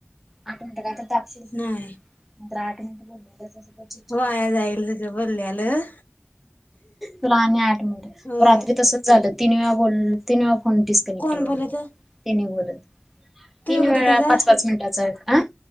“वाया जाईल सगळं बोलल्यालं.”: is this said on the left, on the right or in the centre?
Left